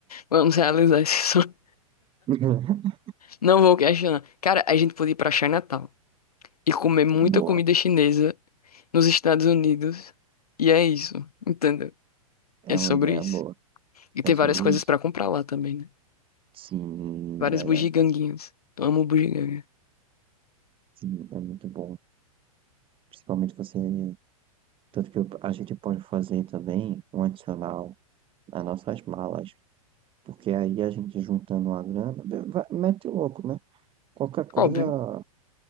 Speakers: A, on the left; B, on the right.
A: Vamos realizar esse sonho.
B: <laughs>
A: Não vou questionar. Cara, a gente podia ir pra Chinatown e comer muita
B: Boa,
A: comida chinesa nos Estados Unidos. E é isso, entendeu?
B: é
A: É sobre
B: uma ideia
A: isso.
B: boa.
A: E tem
B: É sobre
A: várias coisas
B: isso?
A: pra comprar lá também, né?
B: Sim,
A: Várias
B: verdade.
A: bugiganguinhas. Eu amo bugiganga.
B: Sim, é muito bom. Principalmente você. Tanto que eu- a gente pode fazer também um adicional nas nossas malas. Porque aí a gente juntando uma grana, vai- mete o louco, né? Qualquer coisa,
A: Óbvio.